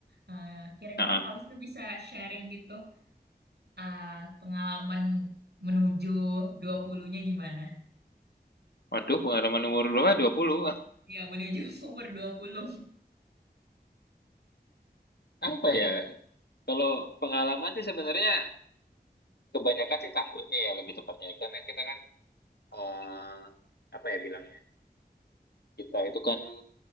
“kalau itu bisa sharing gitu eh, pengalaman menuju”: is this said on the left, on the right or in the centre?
Right